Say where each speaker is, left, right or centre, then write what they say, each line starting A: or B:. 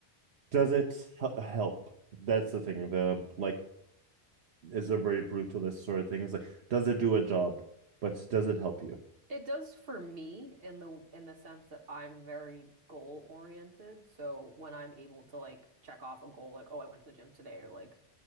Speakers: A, on the right; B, on the right.
A: Does it hel- help? That's the thing. The like is a very brutalist sort of thing. It's like, does it do a job? But does it help you?
B: it does for me in the in the sense that I'm very goal oriented. So when I'm able to like check off a goal, like oh I went to the gym today, or like